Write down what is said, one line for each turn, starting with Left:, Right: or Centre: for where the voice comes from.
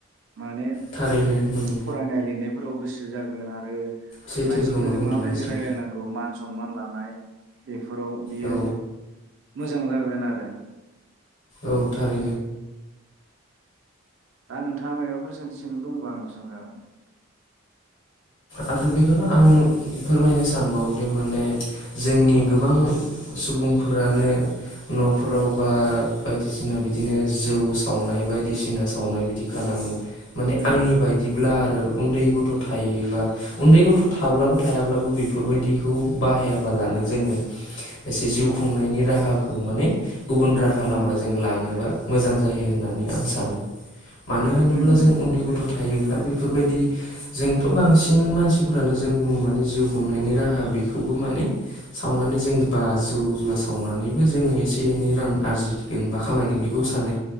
Right: माने
Left: थारैनो उम।
Right: फरायनाय लिरनाय फोराव गोसो जागोन आरो
Left: सैथोखौनो
Right: मानसिफोरजों
Left: बुंदों
Right: माबायदि
Left: नोंथां।
Right: रायलायनांगौ मान सनमान लानाय <unintelligible> फोराव बियो
Left: औ
Right: मोजां जागोन आरो।
Left: औ थारै
Right: दा नोंथाङा माबाफोर सोंथि सोंनो दंबा आंनाव सोंजागोन।
Left: आरो बेखौनो आं फोरमायनो सानबावोदि माने जोंनि
Right: औ
Left: गोबां सुबुंफोरानो न'फोराव बा बायदिसिना बिदिनो जौ सावनाय बायदिसिना सावनाय बिदि खालामो। माने
Right: उम
Left: आंनि बायदिब्ला आरो उन्दै गथ' थायोबा उन्दै गथ' थाब्लाबो थायाब्लाबो बेफोरबायदिखौ बाहाया बालानो जोङो एसे जिउ खुंनायनि राहा माने गुबुन राहा
Right: उम
Left: लामाजों लाङोबा मोजां जायो होननानै आं सानो। मानो होनोब्ला
Right: उम उम
Left: जों उन्दै गथ' थायोब्ला बे बेफोरबायदि जों बांसिन मानसिफोरानो जों बुङो माने जिउ खुंनायनि राहा बेखौबो माने सावनानै जों बा जौ जुवा सावनानैबो जोङो एसे एनै रां आरजिगोन बा खामाय बेखौ सानो।